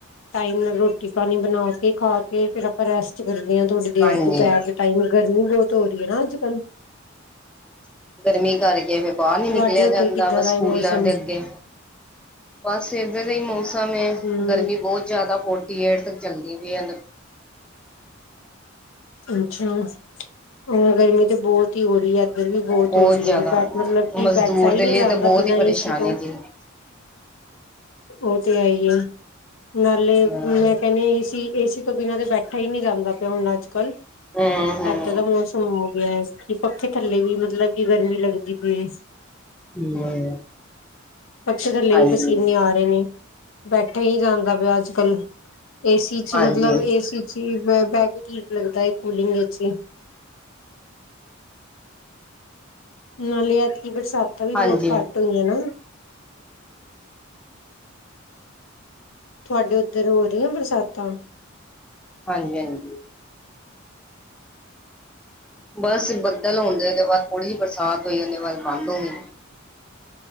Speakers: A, on the left; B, in the centre.
A: ਟਾਈਮ ਨਾਲ ਰੋਟੀ ਪਾਨੀ ਬਨਾ ਕੇ ਖਾ ਕੇ ਫੇਰ ਆਪਾਂ ਰੈਸਟ ਕਰਦੇ ਆਂ ਥੋੜ੍ਹੀ ਦੇਰ
B: ਹਾਂਜੀ
A: ਦੁਪਹਿਰ ਦੇ ਟਾਈਮ ਗਰਮੀ ਬੋਤ ਹੋ ਰੀ ਏ ਨਾ ਅੱਜ-ਕੱਲ।
B: ਗਰਮੀ ਕਰਕੇ ਫਿਰ ਬਾਰ ਨੀ
A: ਤੁਹਾਡੇ
B: ਨਿਕਲਿਆ
A: ਉੱਧਰ
B: ਜਾਂਦਾ
A: ਕਿੱਦਾਂ
B: ਬਸ
A: ਦਾ
B: ਕੂਲਰ
A: ਏ ਮੌਸਮ
B: ਦੇ ਅੱਗੇ। ਬਸ ਏਧਰ ਦਾ ਈ ਮੌਸਮ ਏ,
A: ਹਮ
B: ਗਰਮੀ ਬੋਤ ਜਾਦਾ ਫੋਰਟੀ ਏਟ ਤੱਕ ਚੱਲਦੀ ਪਈ ਏ।
A: ਅੱਛਾ, ਔਰ ਗਰਮੀ ਤੇ ਬੋਤ ਹੋ ਰੀ ਐ, ਗ਼ਰਮੀ ਬੋਤ
B: ਬਹੁਤ
A: ਹੋ ਰੀ
B: ਜ਼ਿਆਦਾ
A: ਏ, ਬੈਠ ਮਤਲਬ ਕਿ
B: ਮਜ਼ਦੂਰ
A: ਬੈਠਾ ਈ
B: ਦੇ ਲਈ
A: ਨੀ ਜਾਂਦਾ
B: ਤਾਂ ਬਹੁਤ
A: ਬਿਨਾਂ
B: ਹੀ ਪਰੇਸ਼ਾਨੀ
A: ਏਸੀ ਤੋਂ।
B: ਜੀ
A: ਓ ਤੇ ਹੈ ਈ ਏ ਨਾਲੇ
B: ਹਾਂ
A: ਮੈਂ ਬੈਨੇ ਏਸੀ, ਏਸੀ ਤੋਂ ਬਿਨਾਂ ਤੇ ਬੈਠਾ ਈ ਨੀ ਜਾਂਦਾ ਪਯਾ ਹੁਨ ਅੱਜ-ਕੱਲ।
B: ਹੂੰ ਹੂੰ
A: ਏਦਾਂ ਦਾ ਮੌਸਮ ਗਯਾ ਐ ਕਿ ਪੱਖੇ ਥੱਲੇ ਵੀ ਮਤਲਬ ਕਿ ਗਰਮੀ ਲੱਗਦੀ ਪਈ ਏ।
B: <unintelligible>
A: ਪਸ਼ੇ ਥੱਲੇ
B: ਹਾਂਜੀ
A: ਵੀ ਪਸੀਨੇ ਆ ਰੇ ਨੇ ਬੈਠੇ ਈ ਨੀ ਜਾਂ ਦਾ ਪਯਾ ਅੱਜ-ਕੱਲ, ਏਸੀ 'ਚ
B: ਹਾਂਜੀ
A: ਮਤਲਬ ਏਸੀ 'ਚ <unintelligible> ਲੱਗਦਾ ਏ ਕੂਲਿੰਗ 'ਚ ਈ। ਨਾਲੇ ਐਤਕੀ ਬਰਸਾਤਾਂ ਵੀ
B: ਹਾਂਜੀ
A: ਬੋਤ ਘੱਟ ਹੋਈ ਐ ਨਾ। ਤੁਹਾਡੇ ਓਧਰ ਹੋ ਰਿਆਂ ਬਰਸਾਤਾਂ?
B: ਹਾਂਜੀ-ਹਾਂਜੀ। ਬਸ ਬੱਦਲ ਹੋਨ, ਹੋਨ ਦੇ ਬਾਦ ਥੋੜੀ ਜੀ ਬਰਸਾਤ ਹੋਈ ਓਦੇ ਬਾਦ ਬੰਦ ਹੋ ਗੀ।